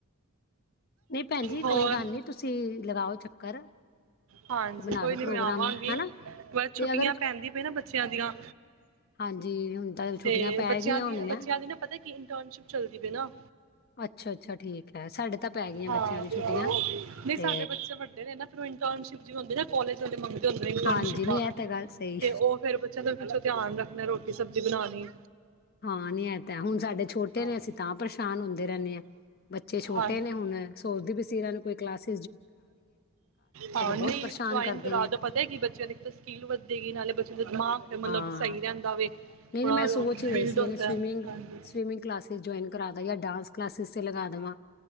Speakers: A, on the left (about 45°); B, on the right (about 65°).
A: ਨਹੀਂ ਭੈਣ ਜੀ
B: ਹੋਰ
A: ਕੋਈ ਗੱਲ ਨੀ, ਤੁਸੀਂ ਲਗਾਓ ਚੱਕਰ।
B: ਹਾਂਜੀ,
A: ਬਣਾ
B: ਕੋਈ
A: ਲਓ
B: ਨੀ
A: ਪ੍ਰੋਗਰਾਮ
B: ਮੈਂ ਆਵਾਂਗੀ
A: ਹਨਾ
B: ਬਸ ਛੁੱਟੀਆਂ
A: ਤੇ ਅਗਰ
B: ਪੈਂਦੀ ਪਈ ਨਾ ਬੱਚਿਆਂ ਦੀਆਂ
A: ਹਾਂਜੀ ਹੁਣ ਤਾਂ ਛੁੱਟੀਆਂ
B: ਤੇ
A: ਪੈ
B: ਬੱਚਿਆਂ
A: ਗਈਆਂ
B: ਦੀ
A: ਹੋਣੀਆਂ
B: ਬੱਚਿਆਂ ਦੀ ਨਾ ਪਤੈ ਕਿ ਇੰਟਰਨਸ਼ਿਪ ਚੱਲਦੀ ਪੀ ਏਨਾ।
A: ਅੱਛਾ ਅੱਛਾ ਠੀਕ ਹੈ ਸਾਡੇ ਤਾਂ ਪੈ ਗਈਆਂ
B: ਹਾਂ
A: ਬੱਚਿਆਂ ਦੀ ਛੁੱਟੀਆਂ
B: ਨਹੀਂ
A: ਤੇ
B: ਸਾਡੇ ਬੱਚੇ ਵੱਡੇ ਨੇ ਨਾ ਫਿਰ ਇੰਟਰਨਸ਼ਿਪ ਜੀ ਹੁੰਦੀ ਨਾ ਕਾਲਜ ਅਲੇ ਮੰਗਦੇ ਹੁੰਦੇ ਇੰਟਰਨਸ਼ਿਪਾਂ
A: ਹਾਂਜੀ ਨੀ ਇਹ ਤਾਂ ਗੱਲ ਸਹੀ
B: ਤੇ ਔ ਫੇਰ ਬਚ ਚਿਆ ਦਾ ਵੀ ਪਿਛੋਂ ਧਿਆਨ ਰੱਖਣੈ ਰੋਟੀ ਸਬਜ਼ੀ ਬਣਾਣੀ
A: ਹਾਂ ਨੀ ਐ ਤਾਂ ਐ, ਹੁਣ ਸਾਡੇ ਛੋਟੇ
B: ਹਾਂ
A: ਨੇ ਅਸੀਂ ਤਾਂ ਪਰੇਸ਼ਾਨ ਹੁੰਦੇ ਰੈੰਣੇ ਆਂ ਬੱਚੇ ਛੋਟੇ
B: ਹਾਂਜੀ
A: ਨੇ ਹੁਣ ਸੋਚਦੀ ਪੀ ਸੀ ਏਨਾ ਨੂੰ ਕੋਈ ਕਲਾਸ
B: ਹਾਂ, ਨਹੀਂ
A: ਬਹੁਤ ਪਰੇਸ਼ਾਨ
B: ਜੁਆਇਨ
A: ਕਰਦੇ
B: ਕਰਾਤੈ
A: ਨੇ
B: ਪਤੈ ਕਿ ਬੱਚਿਆਂ ਦੀ ਇਕ ਤਾਂ ਸਕਿਲ ਵਧੇਗੀ ਨਾਲੇ ਬੱਚੇ ਦਾ ਦਿਮਾਗ ਮਤਲਬ
A: ਹਾਂ
B: ਸਹੀ ਰੈੰਦਾ ਵੇ।
A: ਨਹੀਂ
B: ਥੋੜਾ
A: ਨਹੀਂ ਮੈਂ ਸੋਚ ਹੀ ਰਹੀ
B: ਬਿਲਡ
A: ਸੀ
B: ਹੁੰਦਾ
A: ਐਨੂ ਸਵੀਮਿੰਗ
B: ਹੈ ਹਾਂਜੀ
A: ਸਵੀਮਿੰਗ ਕਲਾਸਿਸ ਜੋਇਨ ਕਰਾਦਾ ਯਾ ਡਾਂਸ ਕਲਾਸਿਸ ਤੇ ਲਗਾ ਦੇਵਾਂ